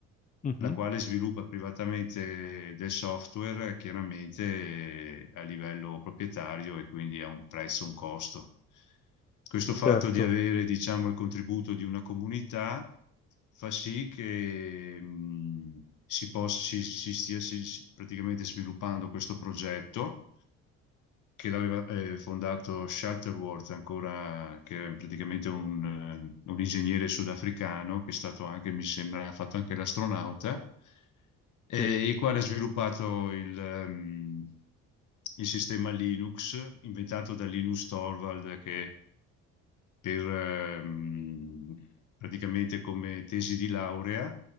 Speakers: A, on the left (about 25°); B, on the left (about 60°).
A: mhm,
B: la quale sviluppa privatamente del software, eh, chiaramente eh, a livello proprietario e quindi a un prezzo, un costo. Questo fatto
A: Certo,
B: di avere, diciamo, il contributo di una comunità fa sì che mh, si possa, si, si stia si- si- praticamente sviluppando questo progetto che l'aveva eh, fondato Shuttleworth, ancora, che è praticamente un, eh, un ingegnere sudafricano, che è stato anche, mi sembra, ha fatto anche l'astronauta, eh,
A: sì.
B: il quale ha sviluppato il, ehm, il sistema Linux, inventato da Linus Torvald, che per, ehm, praticamente come tesi di laurea